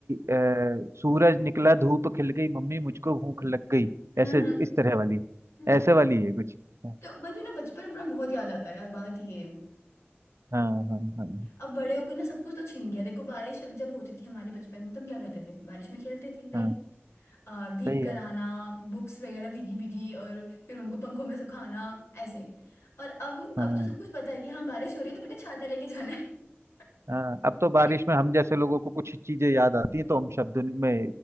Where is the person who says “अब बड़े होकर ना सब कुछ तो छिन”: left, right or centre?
Left